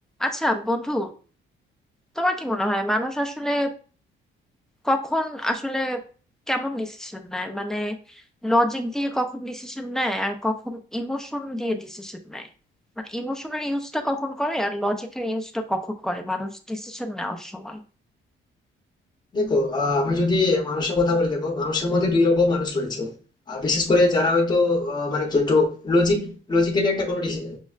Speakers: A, in the centre; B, on the left.
A: আচ্ছা বন্ধু তোমার কি মনে হয় মানুষ আসলে কখন আসলে কেমন ডিসিশন নেয় মানে লজিক দিয়ে কখন ডিসিশন নেয় আর কখন ইমোশন দিয়ে ডিসিশন নেয় মানে ইমোশনের ইউজটা কখন করে আর লজিকের ইউজটা কখন করে মানুষ ডিসিশন নেওয়ার সময়
B: দেখো আহ, আমি যদি মানুষের কথা বলি দেখো মানুষের মধ্যে দুই রকম মানুষ রয়েছে আর বিশেষ করে যারা হয়তো আহ, মানে কি একটু লজিক লজিক্যালি একটা কোনো ডিসিশন